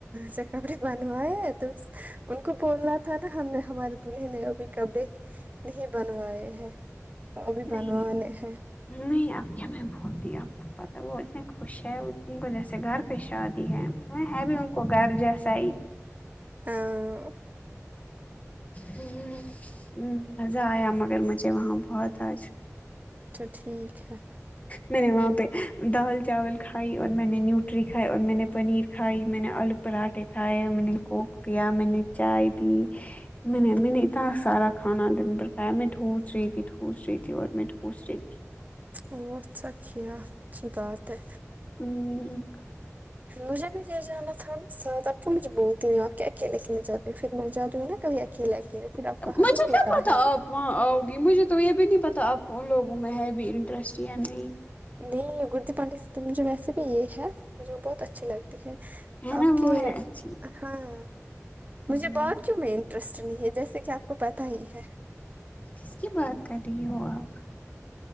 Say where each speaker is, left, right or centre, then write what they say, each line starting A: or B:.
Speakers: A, on the right (about 35°); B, on the left (about 30°).
A: سے کپڑ بنوا ہے تو س ان کو بولنا تھا نا ہم نے ہمارے دلہے نے ابھی کپڑے نہیں بنوائے ہیں ابھی بنوانے
B: نہیں
A: ہے
B: نہیں آپ کیا میں بھولتی آپ کو پتہ وہ اتنے خوش ہیں ان کو جیسے گھر پہ شادی ہے نہیں ہے بھی انکو گھر جیسا ہی
A: ہاں
B: وں ہوں ہوں ہوں مزہ آیا مگر مجھے وہاں بہت آج
A: تو ٹھیک ہے
B: میں نے وہاں پہ دال چاول کھائی اور میں نے نیوٹری کھائی اور میں نے پنیر کھائی میں نے آلو پراٹھے کھائے میں نے کوک پیا میں نے چائے پی میں نے امی نے اتنا سارا کھانا دن بھر کھایا میں ٹھوس رہی تھی ٹھوس رہی تھی اور میں ٹھوس رہی تھی
A: وہ اچھا کیا اچھی بات ہے
B: ہوں،
A: مجھے بھی لے جانا تھا نا سرد آپ کو مجھے بولتی ہوں آپ کے اکیلے کے لیے جاتی پھر میں جای ہوں نا کبھی اکیلے اکیلے پھر آپ کا حدق
B: مجھے
A: ہوتا
B: کیا پتا
A: ہے
B: آپ وہاں آؤ گی مجھے تو یہ بھی نہیں پتہ آپ کو ان لوگوں میں ہے بھی انٹرسٹ یا نہیں
A: نہیں گردی پانڈی سے تو مجھے ویسے بھی یہ ہے مجھے بہت اچھی لگتی ہے
B: ہے
A: آپ
B: نا
A: کے
B: وہ ہے اچھی
A: ہاں مجھے
B: ہوں،
A: با کیوں میں رسٹ نہیں ہے جیسے کہ آپ کو پتا ہی ہے
B: کس کی بات کر رہی ہو آپ